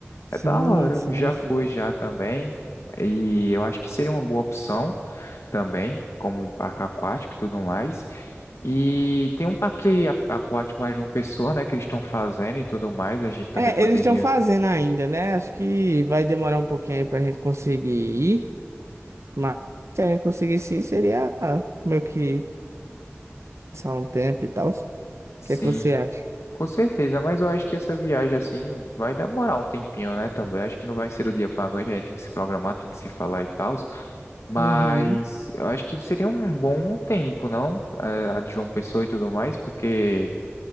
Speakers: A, on the right; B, on the left.
A: Sim,
B: É da hora,
A: sim,
B: já
A: sim.
B: fui já também. E eu acho que seria uma boa opção também, como um parque aquático e tudo mais. E tem um parque a- aquático lá em João Pessoa, né, que eles estão fazendo e tudo mais, a gente também
A: É,
B: poderia.
A: eles estão fazendo ainda, né? Acho que vai demorar um pouquinho aí pra gente conseguir ir. mas Se a gente conseguisse ir, seria meio que passar um tempo e tal. O
B: Sim,
A: que é que você acha?
B: com certeza, mas eu acho que essa viagem assim vai demorar um tempinho, né, também. Acho que não vai ser do dia para noite, a gente tem que se programar, tem que se falar e tal. Mas
A: Uhum.
B: eu acho que seria um bom tempo, não? Eh, A de João Pessoa e tudo mais, porque